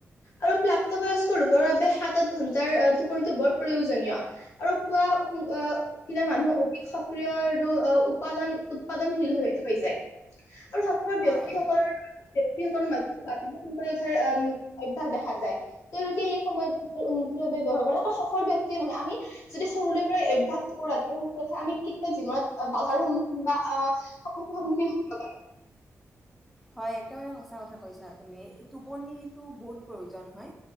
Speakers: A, on the left (about 60°); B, in the centre.
A: আৰু প্ৰাপ্তবয়স্ক লোকৰ বাবে সাত আঠ ঘন্টাৰ টোপনিটো বৰ প্ৰয়োজনীয়। আৰু পোৱা সোনকালে উঠিলে মানুহৰ অধিক শক্তি।। সক্ৰিয় আৰু উৎপাদন উৎপাদনশীল হৈ হৈ যায়। সকল ব্যক্তিসকলৰ।
B: হয়
A: কি কৰিম। ৰাতিপুৱা সোনকালে উঠাৰ উম অভ্যাস দেখা যায় তেওঁলোকে এই সময়বোৰ উন্নতিৰ ব্যৱহাৰ কৰে আ সফল ব্যক্তিয়ে নহয় আমি যদি সৰুৰে পৰাই অভ্যাসটো কৰো ৰাতিপুৱা সোনকালে উঠাই আমি কেতিয়াও জীৱনত বাধাৰ সন্মুখীন বা সমস্যাৰ সন্মুখীন হব লাগ।
B: হয় একেবাৰে সঁচা কথা কৈছা তুমি টোপনিটো বহুত প্ৰয়োজন হয়